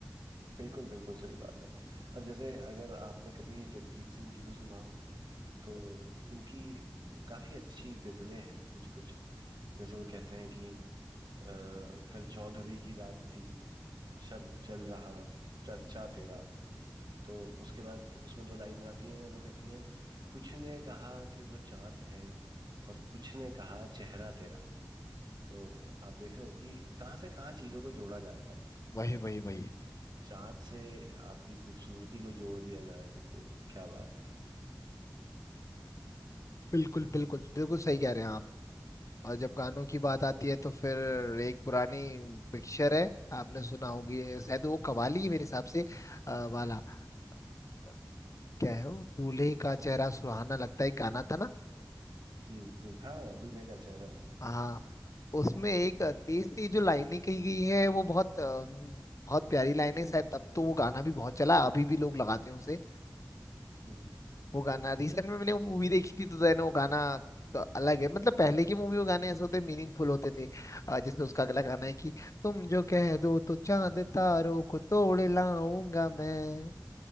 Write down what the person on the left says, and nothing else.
वही वही
वही
बिल्कुल बिल्कुल बिल्कुल सही कह रहे हैं आप और जब गानों की बात आती है तो फिर एक पुरानी पिक्चर है आपने सुना होगी शायद वो कवाली है मेरे हिसाब से अ, वाला अ, क्या है वो दूल्हे का चेहरा सुहाना लगता है एक गाना था ना
हाँ
उसमें एक तेज सी जो लाइनें कही गई है वो बहुत अ, बहुत प्यारी लाइन है शायद तब तो वो गाना भी बहुत चला अभी भी लोग लगाते हैं उसे।
वो गाना रिसेंट में मैंने वो मूवी देखी थी तो देन वो गाना तो अलग है मतलब पहले की मूवी वो गाने ऐसे होते मीनिंगफुल होते थे अ, जैसे उसका अगला गाना है कि तुम जो कह दो तो चांद तारों को तोड़ लाऊंगा मैं